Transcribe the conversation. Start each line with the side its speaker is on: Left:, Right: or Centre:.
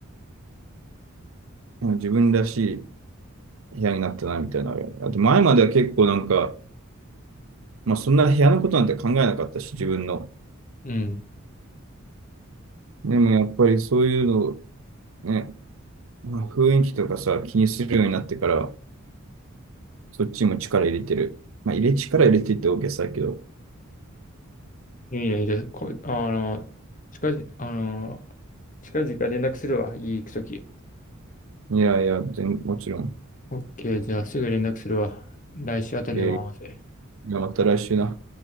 Right: うん自分らしい部屋になったな、みたいなのあるよね。あと前までは結構なんか、まあ、そんな部屋のことなんて考えなかったし、自分の。
Left: うん。
Right: でもやっぱりそういうのをね、まあ、雰囲気とかさ、気にするようになってから、そっちも力入れてる。まあ、入れ、力入れてって大げさだけど。
Left: いいね。じゃあ、こ、あの、近々、あの、近々連絡するわ。いい行くとき。
Right: いやいや、全、もちろん。
Left: オッケー、じゃあすぐ連絡するわ。来週あたりでも合わせ。
Right: いやいや、また来週な。